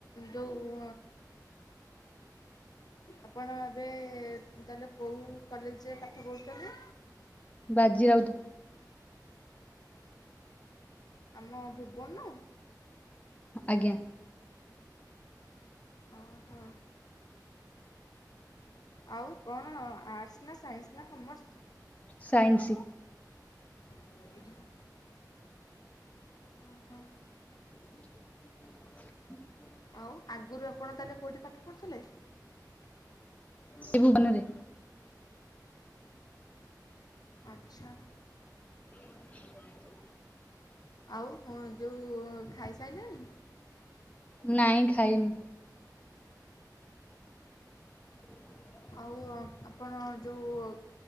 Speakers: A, on the left (about 65°); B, on the left (about 20°).
A: ଯୋଉ ଆପଣ ଏବେ ତାହେଲେ କଉ କଲେଜରେ ପାଠ ପଢ଼ୁଛନ୍ତି?
B: ବାଜିରାଉତ।
A: ଆମ ଭୁବନ।
B: ଆଜ୍ଞା।
A: ଅ ହ। ଆଉ କଣ ଆର୍ସ ନା ସାଇନ୍ସ ନା କମଅର୍ସ?
B: ସାଇନ୍ସି।
A: <unintelligible> ଓହୋ
B: <inaudible>
A: ଆଉ ଆଗୁରୁ ଆପଣ ତା ହେଲେ କଉଠି ପାଠ ପଢ଼ୁଥିଲେ?
B: ସେଇ ଭୁବନରେ।
A: ଆଚ୍ଛା।
B: <inaudible>
A: ଆଉ କଣ ଯୋଉ ଖାଇସାଇଲଣି?
B: ନାଇଁ ଖାଇନି। <inaudible>
A: ଆଉ ଆପଣ ଯୋଉ